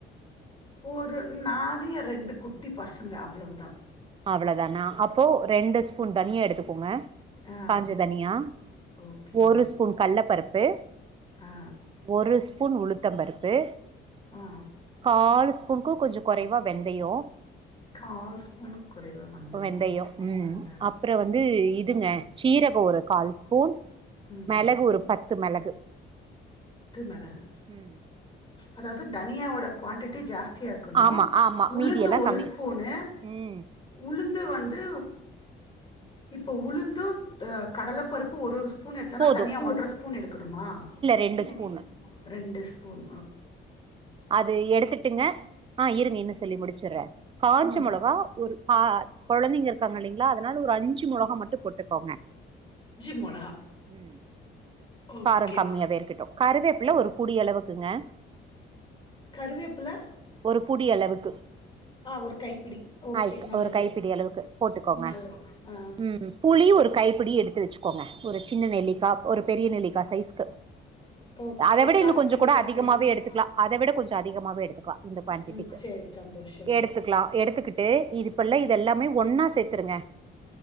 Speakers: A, on the left; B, on the right.
A: ஒரு நானு எ ரெண்டு குட்டி பசங்க அவ்வளவுதா
B: அவ்ளதானா அப்போ ரெண்டு ஸ்பூன் தனியா எடுத் கோங்க
A: ஆ
B: காஞ்ச தனியா
A: ஓகே
B: ஒரு ஸ்பூன் கல்ல பருப்பு
A: ஆ
B: ஒரு ஸ்பூன் ஸ்பூன் உளுத்தம் பருப்பு
A: ஆ
B: கால் புக்கு கொஞ்சோ கொறைவாக வெந்தயோ
A: கால் ஸ்பூனுக்கு குறைவா வந்தயம்
B: வெந்தயம்
A: ஓகே
B: உம்
A: அண்ட் டன்
B: அப்றோ வந்து இதுங்க சீரகோ ஒரு கால் ஸ் பூன்
A: ம்
B: மெளகு ஒரு பத்து மெளகு
A: மிளகு.
B: ம்
A: அதாவது தனியாவோட குவான்டிட்டி ஜாஸ்தி இருக்கனு
B: ஆமா ஆமா
A: உளுந்து
B: மீதி எல்லா
A: ஒரு
B: கம்மி
A: ஸ்பூனு
B: ம்
A: உளுந்து வந்து இப்ப உளுந்து கடல பருப்பு ஒரு ஒரு எடுத்தா
B: போது
A: தனியா ஒன்ற ஸ்பூன் எடுக்கணுமா
B: ரெண்டு
A: இல்ல
B: ஸ்பூனு
A: ரெண்டு ஸ்பூனு
B: அது எடுத்துட்டுங்க ஆ இருங்க இன சொல்லி முடிச்சுடுறே காஞ்ச
A: ம்.
B: மொளகா ஒரு ஆ கொழந்தைங்க இருக்காங்க இல்லைங்ளா அதனால ஒரு அஞ்சு மொளகா மட்டு போட்டுக்கோங்க
A: மொளகா.
B: உம்
A: ஓகே.
B: காரோ கம்மியாவே இருக்கட்டு கருவேப்பில ஒரு புடி அளவுக்குங்க
A: கருவேப்பில
B: ஒரு புடி அளவுக்கு
A: ஆ ஒரு கைப்பிடி ஓகே
B: ஆய
A: நல்லது
B: ஒரு கைப்பிடி அளவுக்கு போட்டுக்கோங்க
A: நல்லது ஆ
B: உம் புளி ஒரு கைப்பிடி எடுத்து வச்சுக்கோங்க ஒரு சின்ன நெல்லிக்கா ஒரு பெரிய நெல்லிக்கா சைஸ்கு
A: ஓகே
B: அத விட
A: காட்டு
B: இன்னு கொஞ்சோ
A: நெல்லிக்கா
B: கூட அதிகமாக
A: சைஸ்க்கு
B: எடுத்துக்கலா அத விட இன்னு கொஞ்சோ அதிக அதிகமாவே எடுத்துக்கலா இந்த குவான்டடிக்கு
A: ம் சேரி சந்தோஷோ
B: எடுத்துக்கலா எடுத்துக்கிட்டு இதுப்பல்ல இது எல்லாமே ஒன்னா சேத்துருங்க